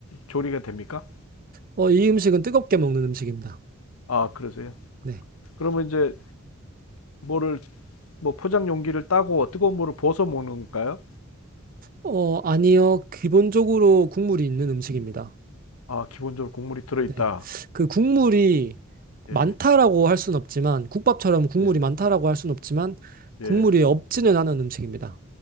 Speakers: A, on the left; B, on the right.
A: 조리가 됩니까?
B: 어, 이 음식은 뜨겁게 먹는 음식입니다.
A: 아, 그러세요?
B: 네.
A: 그러면 이제 뭐를 뭐 포장 용기를 따고 뜨거운 물을 부어서 먹는 건가요?
B: 어, 아니요. 기본적으로 국물이 있는 음식입니다.
A: 아, 기본적으로 국물이 들어있다.
B: 네. 그 국물이
A: 예,
B: 많다라고 할 수는 없지만, 국밥처럼 국물이
A: 네.
B: 많다라고 할 수는 없지만, 국물이
A: 예.
B: 없지는 않은 음식입니다.